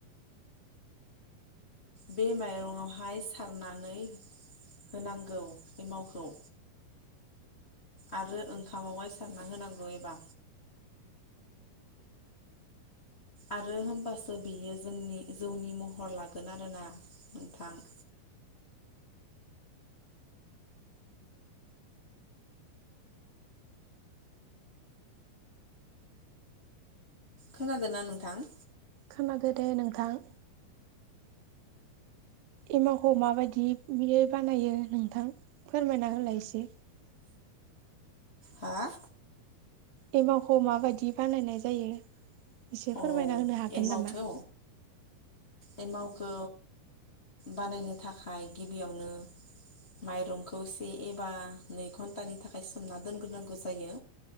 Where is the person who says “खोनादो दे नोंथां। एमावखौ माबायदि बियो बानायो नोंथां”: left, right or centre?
Right